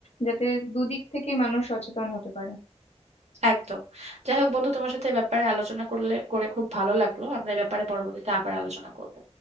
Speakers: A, on the left (about 65°); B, on the right (about 75°).
A: যাতে দুদিক থেকেই মানুষ সচেতন হতে পারে
B: একদম যাই হোক বন্ধু তোমার সাথে এ ব্যাপারে আলোচনা করলে করে খুব ভালো লাগলো আমরা এ ব্যাপারে পরবর্তীতে আবার আলোচনা করবো